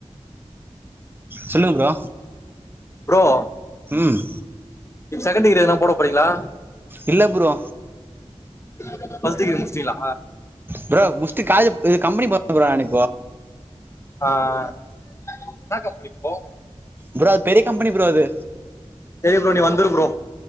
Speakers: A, on the right; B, on the left.
A: சொல்லுங்க ப்ரோ
B: ப்ரோ
A: ம்
B: செகன்ட் டிகிரி எதனா போட போறீங்களா
A: இல்ல ப்ரோ
B: <unintelligible> முச்டிங்களா
A: ப்ரோ முஷ்டு கா இது கம்பெனி போற ப்ரோ நானு
B: ஆஹ் ஆஹ் இன்னா கம்பனி ப்ரோ
A: ப்ரோ அது பெரிய கம்பனி ப்ரோ அது
B: சேரி ப்ரோ நீ வந்துரு ப்ரோ